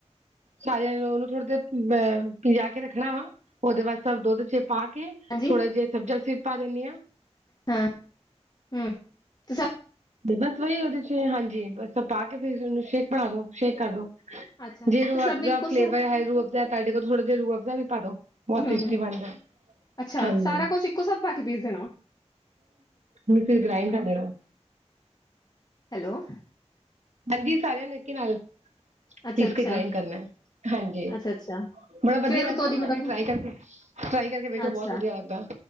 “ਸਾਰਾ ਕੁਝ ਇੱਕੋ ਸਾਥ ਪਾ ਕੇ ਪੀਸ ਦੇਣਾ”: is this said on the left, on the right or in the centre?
Left